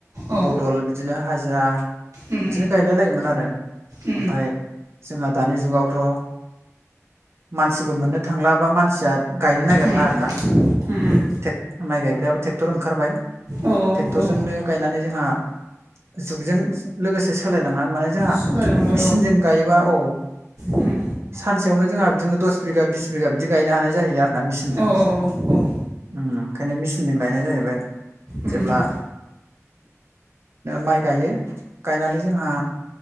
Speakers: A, on the right; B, on the right.
A: अ
B: बदल बिदिनो हाजिरा
A: उम
B: बिदिनो गायलाय लायोमोन आरो।
A: उम
B: ओमफाय जोंहा दानि जुगावथ'। मानसिबो मोननो थांला बा मानसिया गायनो नागिरला
A: उम
B: आरोना।
A: उम उम
B: टेग माइ गायग्रायाबो ट्रेकटर ओंखारबाय।
A: औ औ
B: ट्रेक्टरजोंनो
A: नंगौ
B: गायनानै जोंहा जुगजों लोगोसे सोलायलांनानै माने। जोंहा
A: सोलायलांबाय
B: मेचिनजों
A: औ
B: गायोबा औ।
A: उम
B: सानसेयावनो जोंहा बिदिनो दस बिगा बिस बिगा बिदि गायनो हानाय जायो आरोना मेचिनजों।
A: औ औ औ।
B: ओंखायनो मेचिनजों गायनाय जाहैबाय
A: उम
B: जेब्ला। माइ गायो गाइनानै जोंहा।